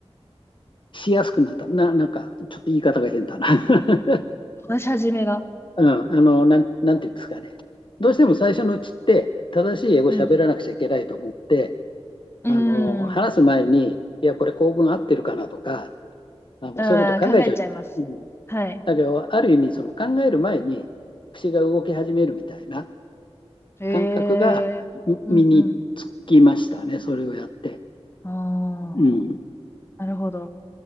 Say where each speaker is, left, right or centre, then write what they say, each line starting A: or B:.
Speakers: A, on the left (about 50°); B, on the left (about 25°).
A: しやすくなった。な、なんか、ちょっと言い方が変だな。<laughs>
B: 話し始めが。
A: うん、あの、なん、なんていうんですかね。どうしても最初のうちって、正しい英語喋らなくちゃいけないと思って、
B: うん。うーん。
A: あの、話す前に、いや、これ構文合ってるかなとか、あの、
B: ああ、
A: そういうこと考えちゃうじゃないですか。
B: 考えちゃいます。
A: うん
B: はい。
A: だけど、ある意味、その考える前に、口が動き始めるみたいな
B: ええうんうん。
A: 感覚がみ身につきましたね、それをやって。
B: あ
A: うん、
B: あ、なるほど。